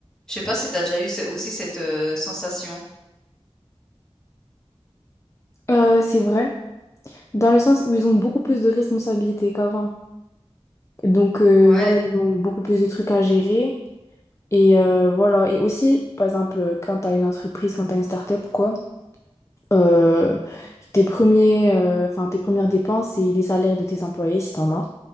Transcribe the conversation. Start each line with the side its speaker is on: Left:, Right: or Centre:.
Centre: Je sais pas si t'as déjà eu ce aussi cette, heu, sensation?
Left: Euh, c'est vrai. Dans le sens où ils ont beaucoup plus de responsabilités qu'avant. Donc, euh,
Centre: Ouais.
Left: voilà, ils ont beaucoup plus de trucs à gérer. Et euh, voilà. Et aussi, par exemple, quand t'as une entreprise, quand t'as une start-up, quoi, euh, tes premiers, euh, enfin, tes premières dépenses, c'est les salaires de tes employés, si t'en as.